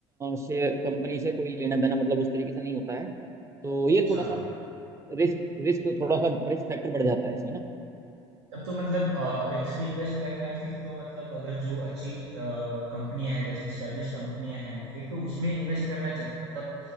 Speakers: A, on the right (about 20°); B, on the right (about 80°).
A: शेयर कंपनी से कोई लेना देना मतलब उस तरीके से नहीं होता है तो ये
B: अच्छा
A: थोड़ा सा रिस्क रिस्क थोड़ा सा रिस्क फैक्टर बढ़ जाता है इसमें ना
B: तब तो मतलब अ, अगर इसमें इन्वेस्ट करना है फिर तो मतलब अगर जो अच्छी कंपनियां हैं जैसे इस्टेब्लिश कंपनियां हैं फिर तो उसमें इन्वेस्ट करना ज- मतलब